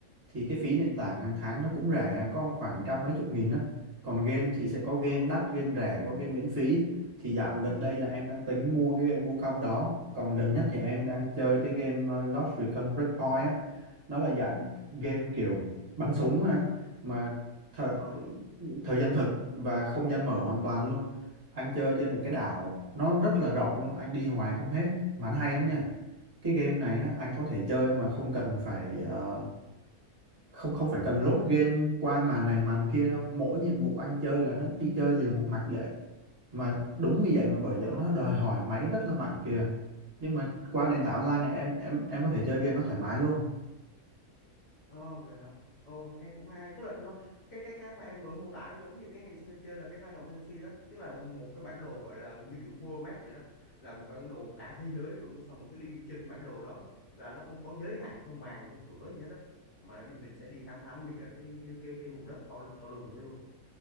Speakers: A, on the right (about 45°); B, on the left (about 80°).
A: Thì cái phí nền tảng hàng tháng nó cũng rẻ, có khoảng trăm mấy chục nghìn á. Còn game thì sẽ có game
B: Ờ,
A: đắt, game rẻ, có game miễn phí. Thì dạo gần đây là em đang tính mua cái game Wukong đó. Còn gần nhất thì em
B: ừ,
A: đang chơi cái game ờ, Ghost Recon Breakpoint á. Nó là dạng game kiểu bắn súng á anh, mà thời,
B: ờ,
A: thời gian thực và không gian mở hoàn toàn luôn anh chơi trên một cái đảo nó rất là rộng luôn anh đi hoài không hết mà nó hay lắm nha cái game này á anh có thể chơi mà không cần phải ờ, không không phải cần load game qua màn này màn kia đâu mỗi nhiệm vụ anh chơi là nó đi chơi liền một mạch vậy mà đúng như vậy mà bởi vậy
B: à,
A: nó đòi
B: à,
A: hỏi máy rất là mạnh kìa nhưng mà qua nền tảng
B: ờ,
A: online này em em em có thể chơi game nó thoải mái luôn
B: Ờ vậy hả? Ồ, nghe cũng hay hay. Tức là nó cái cái cái mà em vừa mô tả nó giống như cái ngày xưa anh chơi là cái Final Fantasy đó, tức là một cái bản đồ gọi là như kiểu world map vậy đó, là một bản đồ cả thế giới luôn, á. xong rồi cứ đi trên cái bản đồ đó, đó là nó không có giới hạn theo màn theo cửa gì hết đó, mà đi mình sẽ đi khám phá nguyên cả cái cái cái cái vùng đất to to đùng đó luôn.